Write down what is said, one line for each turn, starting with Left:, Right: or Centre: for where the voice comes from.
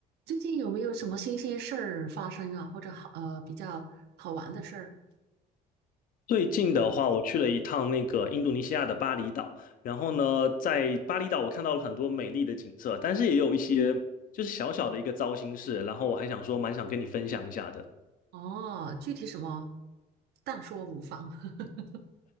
Right: 最近有没有什么新鲜事儿发生啊，或者好呃比较好玩的事儿？
Left: 最近的话，我去了一趟那个印度尼西亚的巴厘岛，然后呢，在巴厘岛我看到了很多美丽的景色，但是也有一些就是小小的一个糟心事，然后我还想说，蛮想跟你分享一下的。
Right: 哦，具体什么，但说无妨。<laughs>